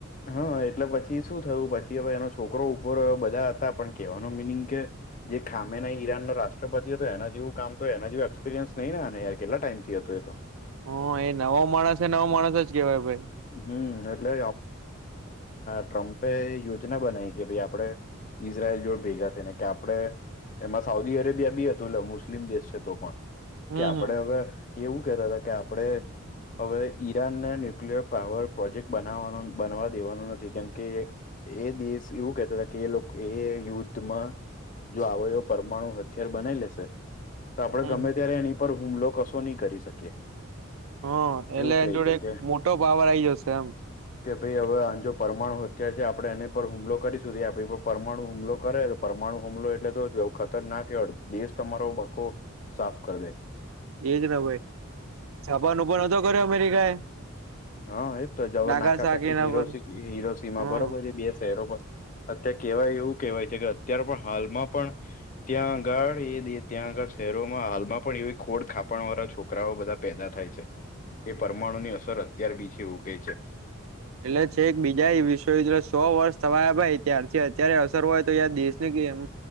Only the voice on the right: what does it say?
હમ એ નવો માણસ એ નવો માણસ જ કેવાય ભાઈ
હમ
હમ
હમ
હ એટલે
એ જોડે
એક
મોટો પાવર આ આવી જશે એમ
એજ ના ભાઈ જાપાન ઉપરતો કર્યો અમેરિકા એ
નાગાસાકી
એના
પર
હમ
એટલે છે એક બીજા વિશ્વયુદ્ધ સો વર્ષ થવાયા ભાઈ ત્યારથી અત્યારે અસર હોય તો યાર દેશ ને કે એમ